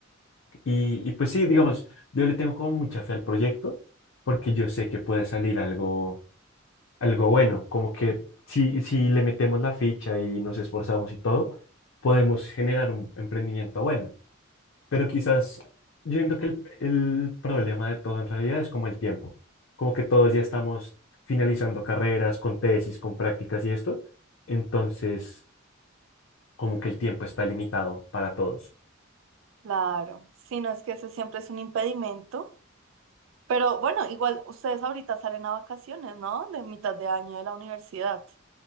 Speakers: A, on the left; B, on the right.
A: Y, y pues sí, digamos, yo le tengo como mucha fe al proyecto porque yo sé que puede salir algo algo bueno, como que si, si le metemos la ficha y nos esforzamos y todo, podemos generar un emprendimiento bueno. Pero quizás yo siento que el, el problema de todo en realidad es como el tiempo, como que todos ya estamos finalizando carreras con tesis, con prácticas y esto, entonces como que el tiempo está limitado para todos.
B: Claro, sí, no es que ese siempre es un impedimento, pero bueno, igual ustedes ahorita salen a vacaciones, ¿no? De mitad de año de la universidad.